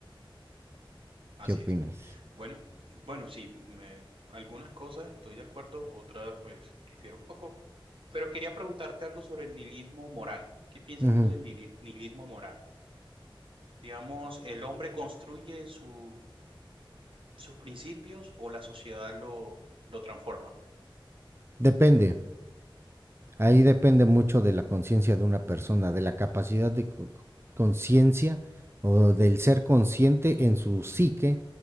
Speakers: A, on the right; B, on the right.
A: así
B: ¿Qué opinas?
A: es. Bueno, bueno, sí, me- algunas cosas estoy de acuerdo, otras pues difiero un poco. Pero quería preguntarte algo sobre el nihilismo moral. ¿Qué piensas
B: Ujú.
A: tú del nihili- nihilismo moral? Digamos, ¿el hombre construye su, sus principios o la sociedad lo, lo transforma?
B: Depende. Ahí depende mucho de la conciencia de una persona, de la capacidad de co- conciencia o del ser consciente en su psique,